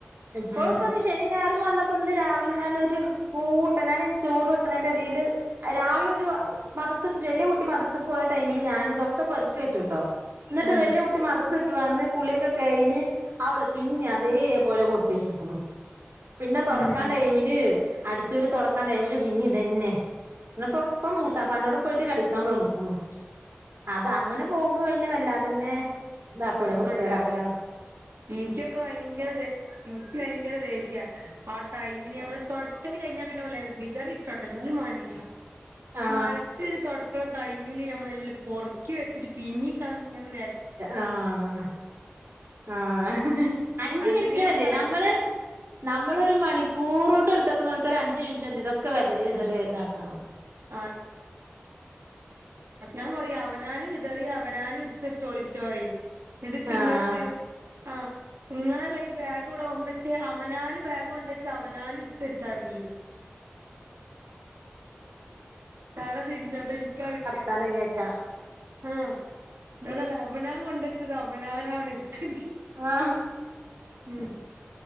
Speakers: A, on the right; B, on the right.
A: ഇപ്പളും
B: ഉം
A: ഇപ്പ ശനീം ഞായറും വന്നപ്പോ ഇന്ന് രാവിലെ ഞാനൊരു കൂട്ടാൻ ഞാൻ ചോറ് വെക്ക്ണെന്റെ എടീല് - രാവിലെ ഒരു മദർസ്ക്ക് വല്യ കുട്ടി മദർസ്ക്ക് പോയ ടൈമില് ഞാന് ഇതൊക്കെ പെർക്കി വെച്ചൂട്ടോ
B: ഉം
A: വല്യ കുട്ടി മദ്രസ്ക് ഇട്ടും വന്ന് കുളിയൊക്കെ കഴിഞ്ഞ് അവള് പിന്നെ അതേപോലെ കൊട്ടി വെച്ചുക്കുണു പിന്നെ തൊടക്കാൻ
B: ഉം
A: ടൈമില് അടിച്ചൂവാരി തൊടക്കാൻ ടൈമില് പിന്നിം ഇതന്നെ ഇന്നപ്പൊ ഇപ്പമം മൂത്താപ്പാൻന്റോടെ പോയിട്ട് കടിക്കാൻ പോന്നുക്കുണു അത് അങ്ങനെ പോകുമ്പോ പിന്നെ വല്ലാതെന്നെ ഇതാക്കൂല
B: കൊഴപ്പണ്ടാവൂല
A: വൃത്തികേടാക്കൂല.
B: ഇൻക്കൊക്കെ ഭയങ്കര എനിക്ക് ഭയങ്കര ദേഷ്യ ആ ടൈമിന് നമ്മള് തൊടക്കല് കഴിഞ്ഞാ പിന്നെ ഓലയ്ന്ന് വിതറി ഇട്ടോട്ടെ എന്നാലും വാണ്ടില്ല
A: ആ
B: അടിച്ചാരി തൊട് ടൈമില് നമ്മളെല്ലും പൊർക്കി വെച്ചിട്ട് പിന്നിം കാണ ഇങനെ
A: ആഹ് ആ ആഹ് അഞ്ച്
B: അല്ലെങ്കിൽ
A: മിനിറ്റ്
B: നമുക്ക്
A: മതി നമ്മള് നമ്മളൊരു മണിക്കൂർ കൊണ്ട് ഇടുതേക്ക്ണ ഓല്ക്കൊരു അഞ്ച്മിൻറ്റ്മതി ഇതൊക്കെ വെതറി എതറി ഇതാക്കാം
B: ആ ഞാൻ പറയും, അവനാന് വിതറിയ അവനാന് ഇട്ത്തെച്ചോളിട്ടൂന്ന്‌ പറയും ഇതിപ്
A: ആഹ്
B: ന്നോട് റയൂ ആഹ് ഇങ്ങളല്ലേ ഈ ബാഗ് ഇവിടെ കൊണ്ടച്ചേ അവനാന് ബാഗ് കൊണ്ട് ചവനാന് എടുത്തച്ചാതീന്ന് തല തിരിഞ്ഞാട്ടോ ഇൻക്കാ കി -
A: താനേ കേക്ക
B: ആഹ് ഇന്നോടറയാ അവനാ കൊണ്ടെച്ചത് അവനാനാണ് ഇട്ക്കല്
A: ആ
B: ഉം